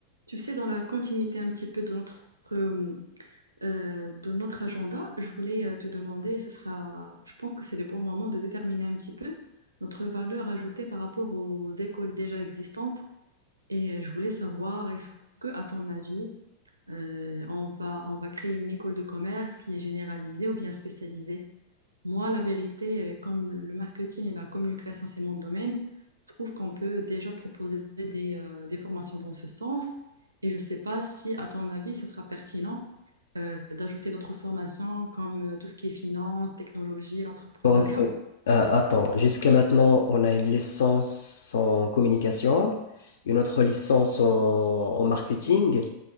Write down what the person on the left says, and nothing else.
Donc, euh, attends, jusqu'à maintenant, on a une licence en communication, une autre licence en, en marketing.